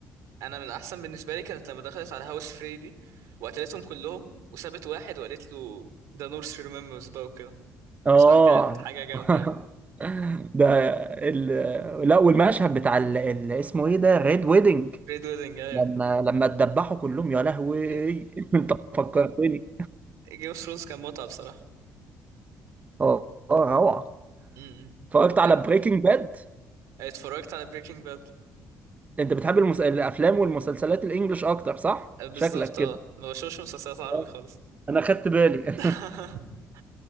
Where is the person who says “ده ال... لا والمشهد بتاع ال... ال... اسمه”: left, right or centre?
Right